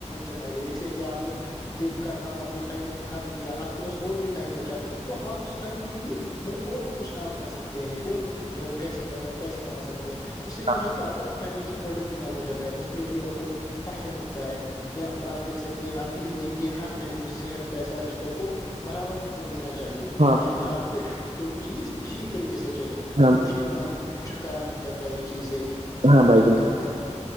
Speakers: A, on the left (about 30°); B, on the right (about 60°).
A: سے فائدے جیسے کہ آپ نے دن کا کام اپنے ٹائم میں ختم کیا آپ کے پاس اور بھی ٹائم بچا تو آپ اس ٹائم میں بھی مطلب اور بھی کچھ کام کر سکتے ہیں اور بھی کچھ کیس پیسے کما سکتے ہیں اس
B: بھائی
A: سے کیا ہے کہ آپ کا فائنشیل گڈن بھی کام ہو جاتا ہے اس میں بھی آپ کو فائدہ ملتا ہے آپ دیکھ سکتے ہیں آپ زندگی کے ہر پہلو صحت پیسہ رشتے کو برابر وقت دینا چاہیے
B: ہاں
A: تاکہ آپ کے ہر کوئی چیز ٹھیک طریقے سے چلے
B: ہاں
A: مشکل کاموں چھٹکارا مل جاتا ہے اس چیز سے
B: ہاں بھائی
A: کم